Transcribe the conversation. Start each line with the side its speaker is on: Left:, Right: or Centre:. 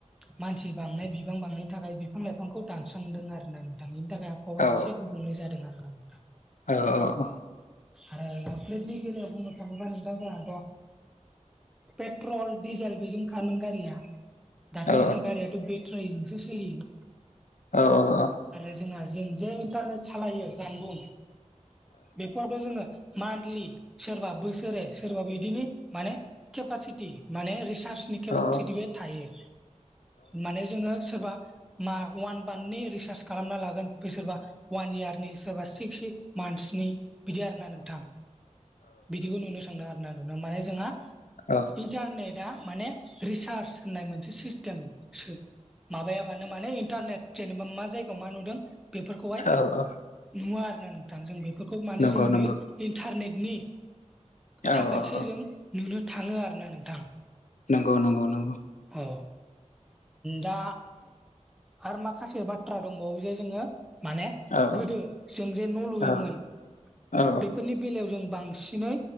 Centre: मानसि बांनाय बिबां बांनायनि थाखाय बिफां लाइफांखौ दानस्रांदों आरोना नोंथां बेनि थाखाय आबहावाया
Left: औ
Centre: एसे गुबुंले जादों आरो ना नोंथां
Left: औ ओ अ
Centre: आरो प्रेटनि बेलायाव बुंनो थांङोब्ला नोंथां जोंहाथ' पेट्रल डिजेल बेजों खामोन गारिया दाथ'
Left: औ
Centre: जोंना गारियाथ' बेथ्रायजोंसो सोलियो।
Left: औ ओ अ
Centre: आरो जोंहा जों जे इन्टारनेट सालायो जानबुं बेफोरावथ' जोङो मान्थलि सोरबा बोसोरे सोरबा बिदिनो माने केपासिटि माने रिसार्चनि केपासिटि
Left: औ
Centre: बे थायो। माने जोङो सोरबा मा वान बान्थनि रिसार्च खालामना लागोन बे सोरबा अवान इयारनि सोरबा सिक्स सि मान्थसनि बिदि आरोना नोंथां बिदिखौ नुनो सांदों आरो ना नोंथां माने जोंहा
Left: औ
Centre: इन्टारनेटा माने रिसार्ज होननाय मोनसे सिस्टेम सो माबायाबानो माने इन्टारनेट जेनेबा मा जायगायाव मा नुदों। बेफोरखौहाय
Left: औ औ
Centre: नुवा आरोोना नोंथां जों बेफोरखौ मानोे
Left: नंगौ
Centre: जों
Left: नंगौ
Centre: नुयो। इन्टारनेटनि
Left: औ
Centre: थाखायसो
Left: औ औ
Centre: जों नुनो थाङो आरोना नोंथां।
Left: नंगौ नंगौ नंगौ।
Centre: औ। दा आरो माखासे बाथ्रा दंबावो जे जोङो माने
Left: औ
Centre: गोदो जों जे न' लुयोमोन
Left: औ औ
Centre: बेफोरनि बेलायाव जों बांसिन दिनै